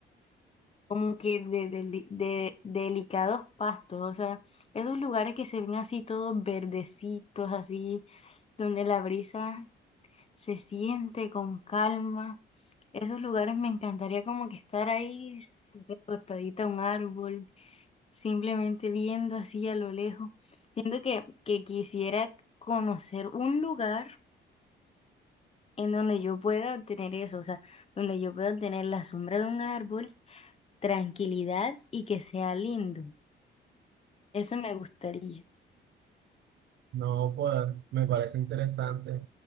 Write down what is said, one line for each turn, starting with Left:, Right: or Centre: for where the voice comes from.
Left: como que de, deli- de delicados pastos, o sea, esos lugares que se ven así todos verdecitos, así, donde la brisa se siente con calma. Esos lugares me encantaría como que estar ahí recostadita a un árbol, simplemente viendo así a lo lejos. Siento que, que quisiera conocer un lugar en donde yo pueda tener eso, o sea, donde yo pueda tener la sombra de un árbol tranquilidad y que sea lindo. Eso me gustaría.
Right: No, pues me parece interesante.